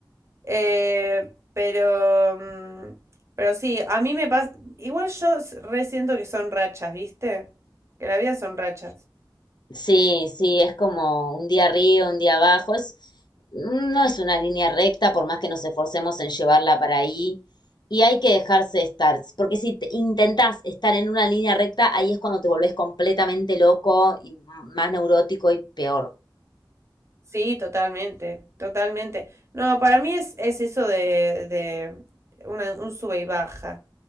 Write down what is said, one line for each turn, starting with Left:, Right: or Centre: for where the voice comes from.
Right: Eh, pero, mm, pero sí, a mí me pasa. Igual yo s- re siento que son rachas, ¿viste? Que la vida son rachas.
Left: Sí, sí, es como un día arriba, un día abajo. Es, mm, no es una línea recta, por más que nos esforcemos en llevarla para ahí. Y hay que dejarse estar, porque si te- intentás estar en una línea recta, ahí es cuando te volvés completamente loco y m- más neurótico y peor.
Right: Sí, totalmente, totalmente. No, para mí es, es eso de, de una- un sube y baja.